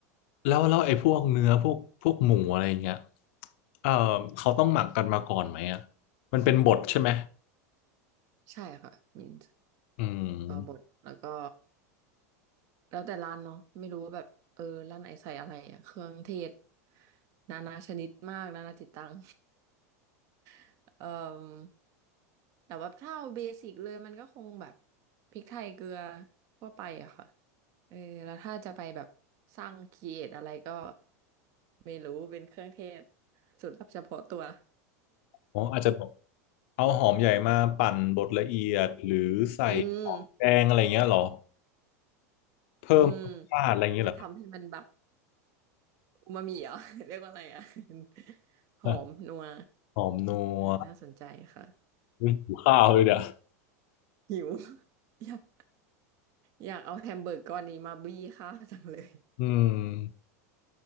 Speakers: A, on the left; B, on the right.
A: แล้วแล้วไอ้พวกเนื้อพวกพวกหมูอะไรอย่างเงี้ยเออเขาต้องหมักกันมาก่อนไหมอ่ะมันเป็นบดใช่ไหม
B: ใช่ค่ะมิน
A: อืม
B: ตัวบดแล้วก็ แล้วแต่ร้านเนาะไม่รู้ว่าแบบเออร้านไหนใส่อะไรอะเครื่องเทศนานาชนิดมากนานาจิตตัง <laughs> เอ่อแต่ว่าถ้าเอาเบสิกเลยมันก็คงแบบพริกไทยเกลือทั่วไปอะค่ะเออแล้วถ้าจะไปแบบสร้างครีเอทอะไรก็ไม่รู้เป็นเครื่องเทศสูตรลับเฉพาะตัว
A: อ๋ออาจจะแบบเอาหอมใหญ่มาปั่นบดละเอียดหรือใส่หอมแดงอะไรเงี้ยเหรอ
B: <laughs> อืม
A: เพิ่มรสชาติอะไรเงี้ยเหรอ
B: อืมน่าจะทำให้มันแบบอูมามิเหรอ <laughs> เรียกว่าอะไรอ่ะ <laughs>
A: <laughs>
B: หอมนัว
A: หอมนัว
B: เออน่าสนใจค่ะ
A: อุ๊ยหิวข้าวเลยเดี๋ยว
B: <laughs> หิว <laughs> อยากอยากเอาแฮมเบอร์กก้อนนี้มาบี้ข้าวจังเลย
A: อืม